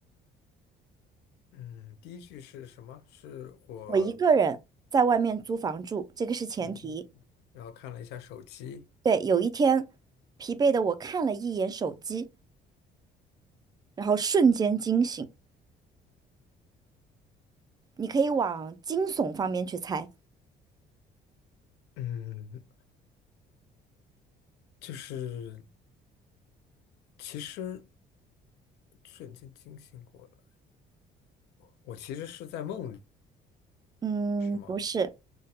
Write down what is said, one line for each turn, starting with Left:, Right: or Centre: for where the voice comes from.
Left: 嗯，第一句是什么？是我，
Right: 我一个人在外面租房住，这个是前提。
Left: 嗯，然后看了一下手机，
Right: 对，有一天，疲惫的我看了一眼手机，然后瞬间惊醒。你可以往惊悚方面去猜。
Left: 嗯，就是其实瞬间惊醒过来，我其实是在梦里，
Right: 嗯，
Left: 是吗？
Right: 不是，